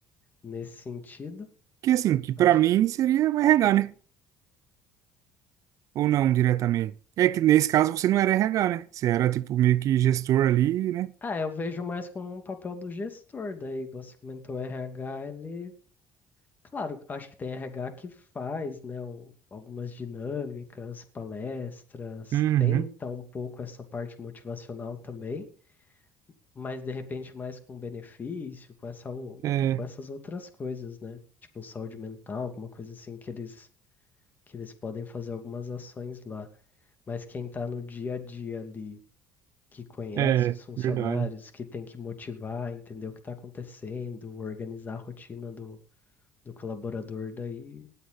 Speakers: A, on the left (about 30°); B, on the right (about 60°).
A: nesse sentido.
B: Que assim, que pra
A: Acho.
B: mim seria o RH, né? Ou não diretamente. É que nesse caso você não era RH, né? Você era tipo meio que gestor ali, né?
A: Ah, eu vejo mais como um papel do gestor, daí, igual você comentou, o RH, ele, claro, acho que tem RH que faz, né, um- algumas dinâmicas, palestras,
B: Uhum.
A: tenta um pouco essa parte motivacional também, mas de repente mais com benefício, com essa, o-
B: É,
A: com essas outras coisas, né? Tipo saúde mental, alguma coisa assim que eles que eles podem fazer algumas ações lá, mas quem tá no dia a dia ali que conhece
B: é,
A: os funcionários,
B: verdade.
A: que tem que motivar, entender o que está acontecendo, organizar a rotina do, do colaborador, daí